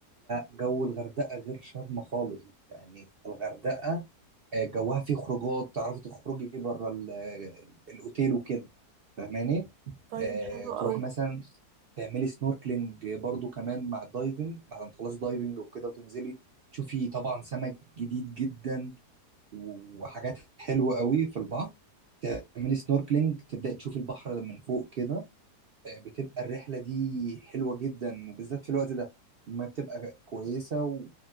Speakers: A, on the right (about 65°); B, on the right (about 75°).
A: جو الغردقة غير شرم خالص يعني الغردقة آه، جواها فيه خروجات تعرفي تخرجي بره ال- ال- الاوتيل وكده فاهماني
B: طيب
A: آه،
B: حلو
A: تروحي
B: قوي
A: مثلا تعملي سنوركلينج برضو كمان مع الدايفنج بعد ما تخلصي دايفنج وكده وتنزلي تشوفي طبعا سمك جديد جدا وحاجات حلوة قوي في البحر تعملي سنوركلينج تبدأي تشوفي البحر من فوق كده آه، بتبقى الرحلة دي حلوة جدا وبالذات في الوقت ده ما بتبقى كويسة ويعني